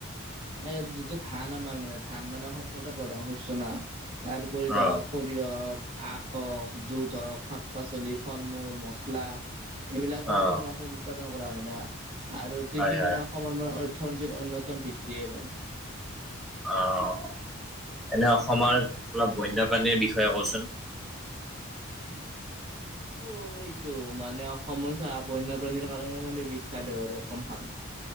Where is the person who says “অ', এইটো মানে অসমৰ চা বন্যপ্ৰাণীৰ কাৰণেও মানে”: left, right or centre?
Right